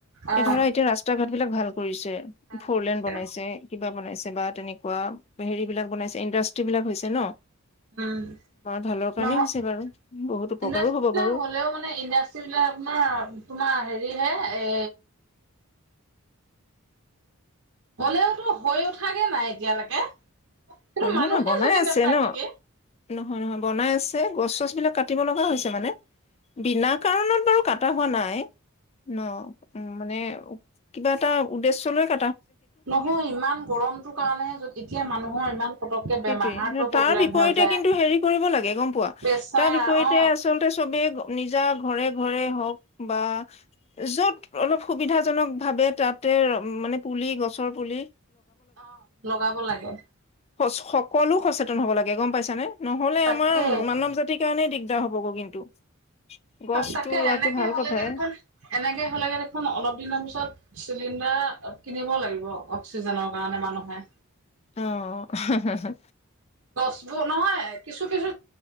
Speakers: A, on the right; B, on the left.
A: অ'
B: এ ধৰা এতিয়া ৰাস্তা ঘাট এইবিলাক ভাল কৰিছে
A: ভাল
B: ফ
A: কৰিছে।
B: ৰলেন বনাইছে কিবা বনাইছে বা তেনেকুৱা হেৰি বিলাক বনাইছে ইণ্ডাষ্ট্ৰী বিলাক হৈছে ন
A: উম
B: আমাৰ ভালৰ কাৰণেই
A: নহ
B: হৈছে বাৰু বহুত উপকাৰো
A: ইণ্ডাষ্ট্ৰী
B: হ'ব
A: বিলাক
B: বাৰু।
A: হলেও মানে ইণ্ডাষ্ট্ বিলাক আপোনাৰ তোমাৰ হেৰি হে এ হ'লেওতো হৈ উঠাগে নাই এতিয়ালৈকে কিন্তু
B: অ নহয়
A: মানুহে
B: নহয় বনাই
A: যদি
B: আছে
A: নাথাকেগে
B: ন নহয় নহয় বনাই আছে গছ চছ বিলাক কাটিব লগা হৈছে মানে বিনা কাৰণত বাৰু কটা হোৱা নাই ন উ মানে কিবা এটা উদ্দেশ্য লৈ ক
A: নহয় ইমান গৰমটোৰ কাৰণেহেত এতিয়া মানুহৰ ইমান পতককে বেমাৰ
B: সেইটোয়ে
A: হাৰ্টৰ প্ৰব্লেম
B: তাৰ বিপৰীতে
A: হৈ যায়
B: কিন্তু হেৰি কৰিব লাগে গম পোৱা
A: প্ৰেছাৰ
B: তাৰ বিপৰতে
A: অ
B: আচলতে চবে নিজা ঘৰ ঘৰে ঘৰে হওঁক বা য'ত অলপ সুবিধাজনক ভাৱে তাতে মানে পুলি গছৰ পুলি
A: অ লগাব লাগে
B: স সকলো সচেতন হব লাগে গম পাইছানে নহলে
A: তাকে
B: আমাৰ মানৱ জাতিৰ কাৰণেই দিগদাৰ হ'বগৈ কিন্তু <inaudible> গছটো
A: তাকে
B: ৰোৱাটো
A: এনেকে
B: ভাল
A: হলেগে
B: কথাই।
A: দেখোন এনেকে হলেকে দেখোন অলপ দিনৰ পিছত চিলিণ্ডাৰ কিনিব লাগিব অক্সিজেনৰ কাৰণে মানুহে
B: অ হু। হু
A: গছবোৰ নহয় কিছু কিছু